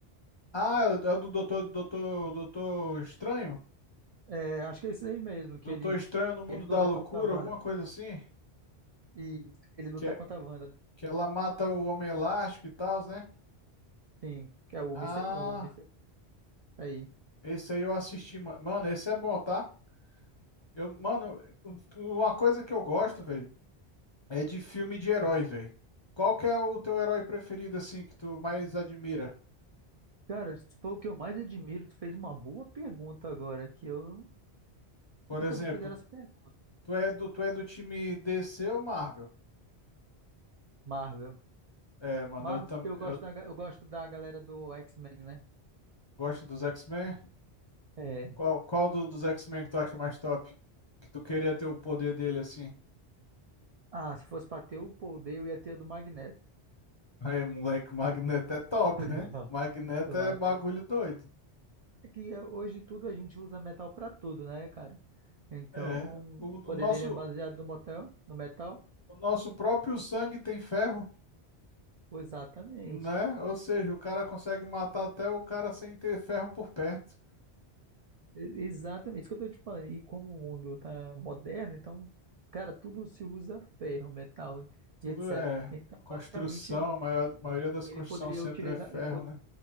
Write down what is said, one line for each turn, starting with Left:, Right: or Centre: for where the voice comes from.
Left: Ah, é o é o do Doutor, Doutor, Doutor Estranho?
Right: É, acho que é isso aí mesmo, que
Left: Doutor
Right: ele,
Left: Estranho no Mundo
Right: que ele
Left: da
Right: luta
Left: Loucura,
Right: contra a Wanda.
Left: alguma coisa assim?
Right: E ele luta
Left: Que, é-
Right: contra a Wanda,
Left: que ela mata o Homem Elástico e tal, né?
Right: sim, que é o
Left: Ah,
Right: Mister O Mister Aí.
Left: esse aí eu assisti, ma- mano. Esse é bom, tá? Eu, mano, uma coisa que eu gosto, velho, é de filme de herói,
Right: Hum.
Left: velho. Qual que é o teu herói preferido, assim, que tu mais admira?
Right: Cara, se for o que eu mais admiro, tu fez uma boa pergunta agora, que eu
Left: Por
Right: nunca
Left: exemplo,
Right: me fizeram essa pergunta.
Left: tu é do, tu é do time DC ou Marvel?
Right: Marvel.
Left: É, mano,
Right: Marvel,
Left: eu, tam,
Right: porque eu
Left: eu
Right: gosto da, ga- eu gosto da galera do X-Men, né?
Left: gosto dos X-Men.
Right: É.
Left: Qual, qual do- dos X-Men que tu acha mais top? Que tu queria ter o poder dele assim?
Right: Ah, se fosse pra ter o poder, eu ia ter o do Magneto.
Left: Aí, moleque, o Magneto é top,
Right: <laughs>
Left: né? Magneto
Right: Do Magneto.
Left: é bagulho doido.
Right: É que eh, hoje tudo a gente usa metal pra tudo, né, cara? Então,
Left: É, o,
Right: o poder
Left: o nosso,
Right: dele é baseado no motel, no metal.
Left: o nosso próprio sangue tem ferro,
Right: Exatamente.
Left: né? Ou seja, o cara consegue matar até o cara sem ter ferro por perto.
Right: E- Exatamente. Isso que eu tô te falando. E como o mundo tá moderno, então, cara, tudo se usa ferro, metal
Left: Tudo
Right: e etc.
Left: é
Right: Então,
Left: construção,
Right: basicamente, o-
Left: a maior, a maioria das
Right: ele
Left: construções
Right: poderia
Left: sempre
Right: utilizar,
Left: é ferro,
Right: ele, po-
Left: né?